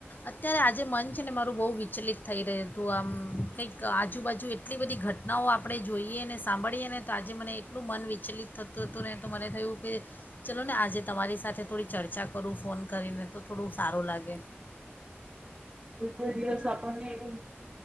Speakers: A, on the left; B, on the right.
A: અત્યારે આજે મન છે ને મારું બહુ વિચલિત થઈ રહ્યું હતું આમ કંઈક આજ આજુબાજુ એટલી બધી ઘટનાઓ આપ આપણે જોઈએ ને સાંભળીએ ને તો આજે મને એટલું મન વિચ વિચલિત થતું હતું ને તો મને થયું કે, ચલો ને આજે તમારી સાથે થોડી ચર્ચા કરું ફોન કરીને તો થોડું સારું લાગે.
B: કોઈ દિવસ આપણને એવું